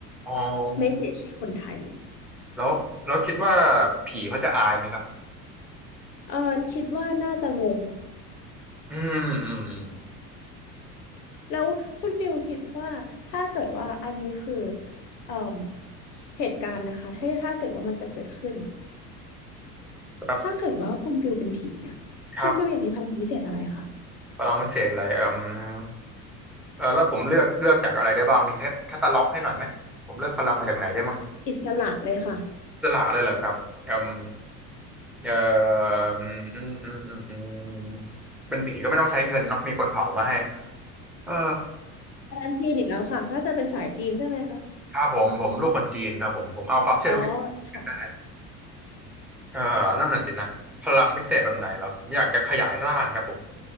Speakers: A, in the centre; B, on the left (about 80°).
A: อ๋อ
B: ไม่เสียชื่อคนไทย
A: แล้วแล้วคิดว่าผีเขาจะอายไหมครับ
B: เออคิดว่าน่าจะงง
A: อืมอืมอืม
B: แล้วคุณฟิลคิดว่าถ้าเกิดว่าอันนี้คือเอ่มเหตุการณ์นะคะถ้าถ้าเกิดว่ามันจะเกิดขึ้น
A: ครับ
B: ถ้าเกิดว่าคุณฟิลเป็นผีเนี่ยคุณฟิลอยากมีพลังพิเศษอะไรคะ
A: ครับพลังวิเศษอะไรอืมเออแล้วผมเลือกเลือกจากอะไรได้บ้างมีแคตแคตตาล็อกให้หน่อยไหมผมเลือกพลังมาจากไหนได้บ้าง
B: อิสระเลยค่ะ
A: สละเลยเหรอครับอืม เอ่ออืมอืมอืมอืมอืมเป็นผีก็ไม่ต้องใช้เงินเนาะมีคนเผามาให้เออ
B: ร้านจีนอีกแล้วค่ะน่าจะเป็นสายจีนใช่ไหมคะ
A: ครับผมผมลูกคนจีนครับผมผมเอาความเชื่อทุกอย่าง
B: อ๋อค่ะ
A: ได้เออนั่นน่ะสินะพลังพิเศษแบบไหนเหรอผมอยากจะขยายร่างครับผม